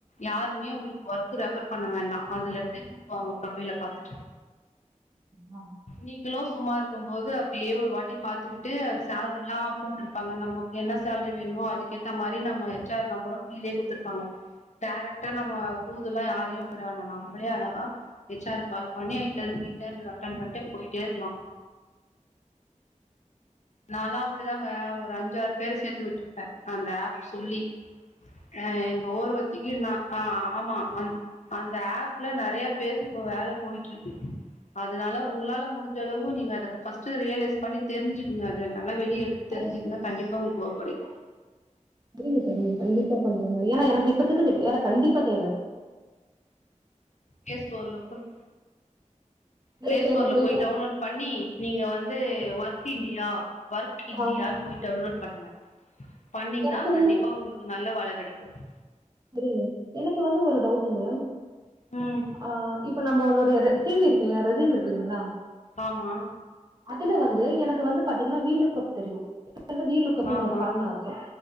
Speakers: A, on the left; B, on the right.
A: யாருமே உங்களுக்கு ஒர்க் ரெஃபர் பண்ண வேண்டா அதுல இருந்து கூப்டுவாங்க ப்ரொபைல பாத்துட்டு
B: ஆ
A: நீங்களும் சும்மா இருக்கும்போது அப்டியே ஒரு வாட்டி பாத்துக்கிட்டு அது சேல்ரிலாம் போட்ருப்பாங்க நமக்கு என்ன சேல்ரி வேணுமோ அதுக்கேத்த மாரி நம்ம ஹெச் ஆர் நம்பரும் கீழேயே குடுத்துருப்பாங்க டேரெக்ட்டா நம்ம தூதுல்லா யாரையும் விட வேணா நாமும் நம்மளே அழகா ஹெச் ஆர் கால் <unintelligible> அட்டன் பண்டு போயிட்டே இருக்கலா நா எல்லா அப்டிதாங்க ஒரு அஞ்சாறு பேர் சேர்த்து விட்டு இருப்பன் அந்த ஆப் சொல்லி அ எங்க ஓரவத்திக்கு நா அ ஆமா அந் அந்த ஆப்ல நிறைய பேருக்கு இப்ப வேலை போயிட்டு இருக்கு அதனால உங்களால முடிஞ்ச அளவு ஒ நீங்க அதுக்கு ஃபர்ஸ்ட் ரியலலைஸ் பண்ணி தெரிஞ்சு இன் அதே நா ஆனா வெளிய எடுத்து
B: சரிங்க
A: தெரிஞ்சுக்குன்னா கண்டிப்பா உங்களுக்கு ஒர்க் கடைக்கும்
B: சேரிங்க சேரிங்க கண்டிப்பா பண்ரோங்க ஏன்னா எனக்கு இப்பத்துக்கு வேலை கண்டிப்பா தேவை
A: ப்ளே ஸ்டோர்ல ஓப்பன்
B: பிளே
A: ப்ளே ஸ்டோர்ல
B: போயிட்டு
A: போய் டவுன்லோட் பண்ணி நீங்க வந்து ஒர் கிண்டியா ஒர்க்
B: ஆ
A: இந்திய போய் டவுன்லோட் பண்ணுங்க பண்ணீங்கன்னா
B: எனக்கு
A: கண்டிப்பா உங்களுக்கு நல்ல வேலை கடைக்கும் <inaudible>
B: புரியுது எனக்கு வந்து ஒரு டவுட்டுங்க
A: ம்
B: அ இப்ப நம்மளோட ரெ சி வி இருக்குல்ல ரெஸ்யூம் இருக்கு இல்லைங்களா
A: ஆமா
B: அதுல வந்து எனக் வந்து பாத்தீங்கன்னா வீ லுக்கப் தெரியும் அதுல வீ லூக்கப்னு
A: ஆமா
B: ஒரு ஃபார்முலா இருக்கும்